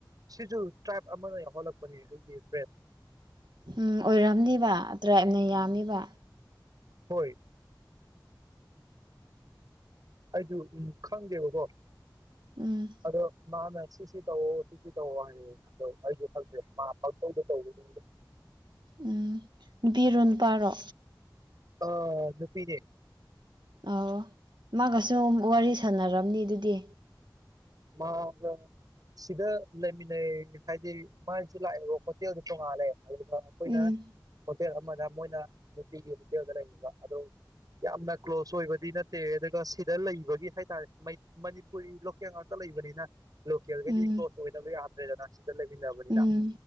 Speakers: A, on the right; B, on the right.
A: ꯁꯤꯖꯨ ꯇ꯭ꯔꯥꯏꯞ ꯑꯃꯅ ꯌꯥꯎꯍꯜꯂꯛꯄꯅꯦ ꯑꯩꯒꯤ ꯐ꯭ꯔꯦꯟ
B: ꯎꯝ ꯑꯣꯏꯔꯝꯅꯤꯕ ꯇ꯭ꯔꯥꯏꯕꯅ ꯌꯥꯝꯃꯤꯕ
A: ꯍꯣꯏ ꯑꯩꯗꯨ ꯎꯝ ꯈꯪꯗꯦꯕꯀꯣ
B: ꯎꯝ
A: ꯑꯗꯣ ꯃꯥꯅ ꯁꯤꯁꯤ ꯇꯧꯋꯣ ꯁꯤꯁꯤ ꯇꯧꯋꯣ ꯍꯥꯏꯔꯛꯑꯦ ꯑꯗꯣ ꯑꯩꯁꯨ ꯈꯪꯗꯦ <unintelligible>
B: ꯎꯝ ꯅꯨꯄꯤꯔꯣ ꯅꯨꯄꯥꯔꯣ꯫
A: ꯑꯥ ꯅꯨꯄꯤꯅꯦ꯫
B: ꯑꯣ ꯃꯥꯒꯁꯨ ꯋꯥꯔꯤ ꯁꯥꯟꯅꯔꯝꯅꯤ ꯑꯗꯨꯗꯤ꯫
A: ꯃꯥꯒ ꯁꯤꯗ ꯂꯩꯃꯤꯟꯅꯩ ꯍꯥꯏꯗꯤ ꯃꯥꯏꯁꯨ ꯂꯥꯛꯑꯦꯕ ꯍꯣꯇꯦꯜꯗꯤ ꯇꯣꯡꯉꯥꯜꯂꯦ ꯑꯗꯨꯗ ꯈꯣꯏꯅ
B: ꯎꯝ
A: ꯍꯣꯇꯦꯜ ꯑꯃꯗ ꯃꯣꯏꯅ ꯅꯨꯄꯤꯒꯤ ꯍꯣꯇꯦꯜꯗ ꯂꯩꯔꯤꯕ ꯑꯗꯣ__ ꯌꯥꯝꯅ ꯀ꯭ꯂꯣꯖ ꯑꯣꯏꯕꯗꯤ ꯅꯠꯇꯦ ꯑꯗꯨꯒ ꯁꯤꯗ ꯂꯩꯕꯒꯤ ꯍꯥꯏꯇꯥꯔꯦ ꯃꯩ ꯃꯅꯤꯄꯨꯔꯤ ꯂꯣꯀꯦꯜ ꯉꯥꯛ__ ꯂꯩꯕꯅꯤꯅ ꯂꯣꯀꯦꯜꯈꯩꯗꯤ
B: ꯎꯝ
A: ꯀ꯭ꯂꯣꯖ ꯑꯣꯏꯗꯕ ꯌꯥꯗ꯭ꯔꯦꯗꯅ꯫ ꯁꯤꯗ ꯂꯩꯃꯤꯟꯅꯕꯅꯤꯅ
B: ꯎꯝ